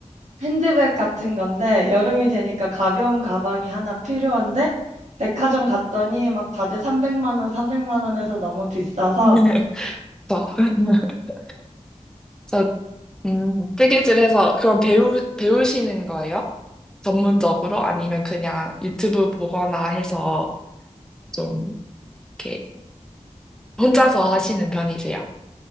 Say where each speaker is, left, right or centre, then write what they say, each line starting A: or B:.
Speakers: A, on the right (about 75°); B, in the centre.
A: 핸드백 같은 건데 여름이 되니까 가벼운 가방이 하나 필요한데 백화점 갔더니 막 다들 300만 원, 400만 원에서 너무 비싸서
B: <laughs> 저. <laughs> 저 음, 뜨개질 해서 그럼 배우, 배우시는 거예요? 전문적으로? 아니면 그냥 유튜브 보거나 해서 좀 이렇게 혼자서 하시는 편이세요?